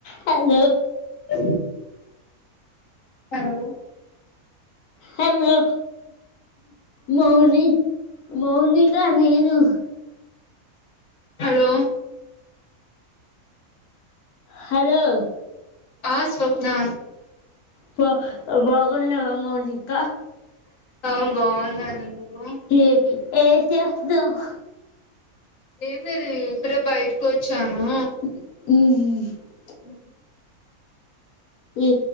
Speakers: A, on the left; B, on the left.
A: Hello
B: అ hello
A: hello మౌని మౌనిక నీరు
B: హలో
A: హలో
B: ఆ స్వప్నా
A: బ బగున్నవా మౌనిక
B: ఆ బాగున్నాను నువ్వు
A: ఏ ఏం చేస్తావ్
B: ఏం లేదు ఇప్పుడే బయటకొచ్చాను
A: ఊహు
B: అ
A: ఈ